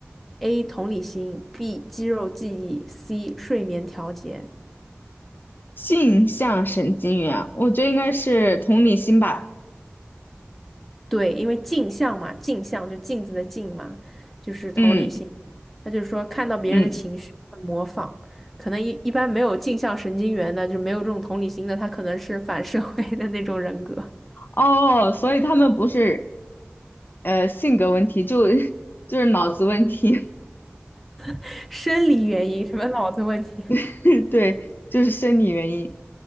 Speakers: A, in the centre; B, on the left.
A: ？A. 同理心，B. 肌肉记忆，C. 睡眠调节。
B: 性向神经元，我觉得应该是同理心吧。
A: 对，因为镜像嘛，镜像就镜子的镜嘛，就是同理心。
B: 嗯
A: 他就说看到别人的情绪会模仿，
B: 嗯，
A: 可能一一般没有镜像神经元的，就没有这种同理心的，他可能是反社会的那种人格，
B: 哦，所以他们不是呃性格问题，就 <laughs> 就是脑子问题，
A: <laughs> 生理原因，什么脑子问题。
B: <laughs> 对，就是生理原因，